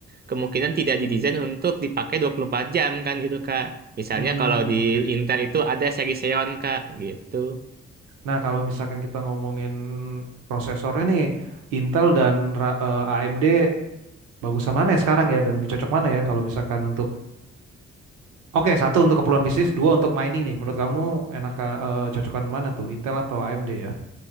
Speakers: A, on the right; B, on the right.
A: kemungkinan tidak didesain untuk dipakai 24 jam kan gitu, Kak. Misalnya
B: Hmm,
A: kalau di
B: oke oke
A: Intel itu ada seri Xeon, Kak, gitu.
B: Nah, kalau misalkan kita ngomongin prosesornya nih, Intel dan ra- eh, AMD bagusan mana ya sekarang ya dan lebih cocok mana ya kalau misalkan untuk Oke, satu untuk keperluan bisnis, dua untuk mining nih. Menurut kamu enak eh, cocokan mana tuh, Intel atau AMD ya?